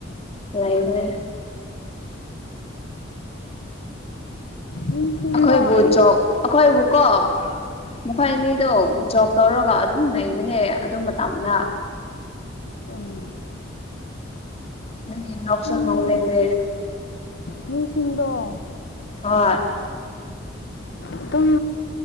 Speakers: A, on the left (about 30°); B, on the left (about 60°).
A: ꯂꯩꯕꯅꯦ
B: ꯃꯤꯁꯤꯡꯗꯣ
A: ꯑꯩꯈꯣꯏꯕꯨ
B: ꯑꯩ
A: ꯖꯣꯛ ꯑꯩꯈꯣꯏꯕꯨ ꯀꯣ ꯃꯈꯣꯏ
B: ꯍꯣꯏ
A: ꯑꯅꯤꯗꯣ ꯖꯣꯛ ꯇꯧꯔꯒ ꯑꯗꯨꯝ ꯂꯩꯕꯥꯅꯦ ꯑꯗꯨ ꯃꯇꯝꯗ
B: ꯑꯣ
A: ꯑꯗꯨꯒꯤ ꯅꯣꯛꯁꯨ
B: ꯈꯪꯗꯦ
A: ꯅꯣꯛꯅꯤꯡꯂꯦ
B: ꯃꯤꯁꯤꯡꯗꯣ
A: ꯍꯣꯏ
B: ꯑꯗꯨꯝ